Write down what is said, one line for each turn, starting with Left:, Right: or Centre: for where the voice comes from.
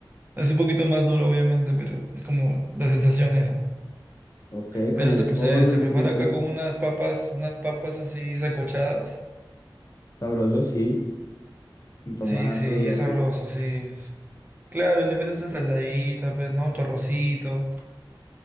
Right: Es un poquito más duro, obviamente, pero es como la sensación eso.
Left: Ok,
Right: Pero
Left: como
Right: se,
Left: pollo,
Right: se, se
Left: un
Right: prepara
Left: tritura,
Right: acá con unas papas, unas papas así sancochadas.
Left: sabroso, sí, con tomate
Right: Sí, sí,
Left: y
Right: es
Left: así.
Right: sabroso, sí. Claro, y le metes tu ensaladita, pues, ¿no? Tu arrocito.